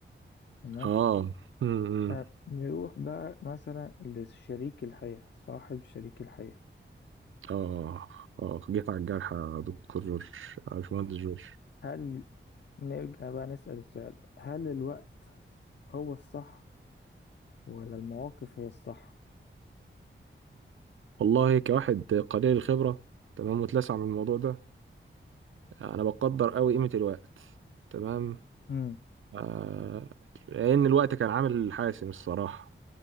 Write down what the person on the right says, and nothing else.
اه امم
آه آه جيت على الجرح يا دكتور جورج يا باشمهندس جورج
والله كواحد قليل الخبرة تمام متلسع من الموضوع ده أنا بقدر أوي قيمة الوقت تمام
آه لأن الوقت كان عامل حاسم الصراحة